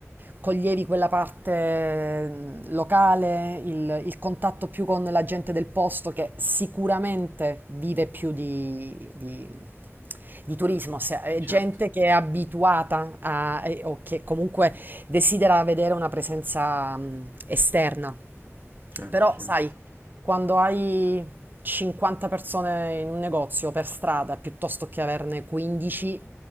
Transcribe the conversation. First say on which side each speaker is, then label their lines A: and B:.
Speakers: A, on the right; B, on the right.
A: coglievi quella parte mh, locale, il, il contatto più con la gente del posto che sicuramente vive più di, di- di turismo, se- è
B: di certo,
A: gente che è abituata a, e- o che comunque desidera vedere una presenza mh, esterna.
B: certo,
A: Però,
B: certo.
A: sai, quando hai 50 persone in un negozio per strada piuttosto che averne 15